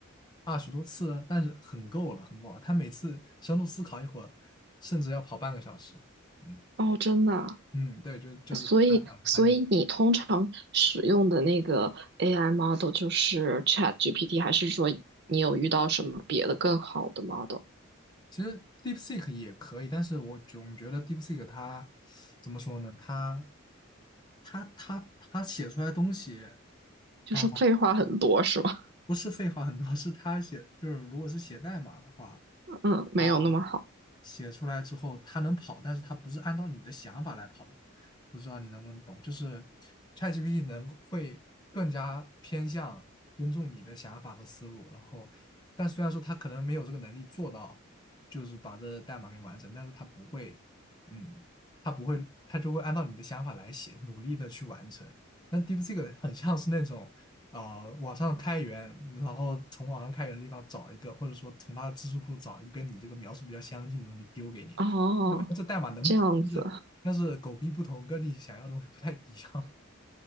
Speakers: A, on the left (about 20°); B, on the right (about 50°).
A: 二十多次啊，但是很够了，很够了。他每次深度思考一会儿，甚至要跑半个小时。嗯
B: 哦，真的啊
A: 嗯，对，就就是半个小时它一。
B: 所以，所以你通常使用的那个 AI model 就是 ChatGPT，还是说你有遇到什么别的更好的 model？
A: 其实 DeepSeek 也可以，但是我总觉得 DeepSeek 它怎么说呢？它它它它写出来的东西
B: 就是废话很多是吧？
A: 啊，不是废话很多，是它写就是如果是写代码的话。
B: <laughs> 嗯，没有那么好。
A: 啊。写出来之后，它能跑，但是它不是按照你的想法来跑。不知道你能不能懂，就是 ChatGPT 能会更加偏向尊重你的想法和思路，然后，但虽然说它可能没有这个能力做到，就是把这代码给完成，但是它不会，嗯，它不会，它就会按照你的想法来写，努力的去完成。但 DeepSeek 很像是那种啊，网上开源，然后从网上开源的地方找一个，或者说从它的知识库找一个跟你这个描述比较相近的东西丢给你，
B: 哦，
A: 要不然这代码能跑，
B: 这样子。
A: 但是但是狗屁不同，跟你想要的东西不太一样